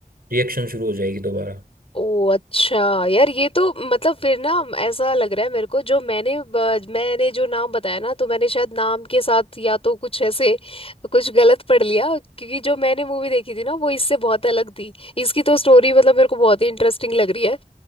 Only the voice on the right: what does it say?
रिएक्शन शुरू हो जाएगी दोबारा